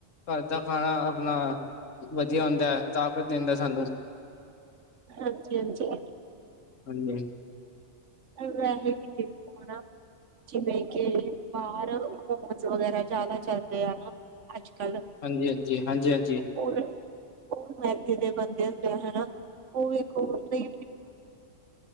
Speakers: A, on the left; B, on the right.
A: ਕੱਰ ਦਾ ਖਾਣਾ ਆਪਣਾ ਵਧੀਆ ਹੁੰਦਾ। ਤਾਕਤ ਦੇਂਦਾ ਸਾਨੂੰ।
B: ਹਾਂਜੀ ਹਾਂਜੀ
A: ਹਾਂਜੀ।
B: ਪਰ ਵੈਸੇ ਵੀ <unintelligible> ਜਿਵੇਂ ਕਿ ਬਾਰ ਮੋਮਸ, ਵਗੈਰਾ ਜ਼ਿਆਦਾ ਚੱਲਦੇ ਆ ਨਾ ਅੱਜ- ਕੱਲ੍ਹ।
A: ਹਾਂਜੀ-ਹਾਂਜੀ, ਹਾਂਜੀ-ਹਾਂਜੀ।
B: ਓਵੀ ਓ ਮੈਦੇ ਦੇ ਬੰਦੇ ਹੁੰਦੇ ਹੈਨਾ। ਓ ਵੇਖੋ <inaudible> ਟਾਈਮ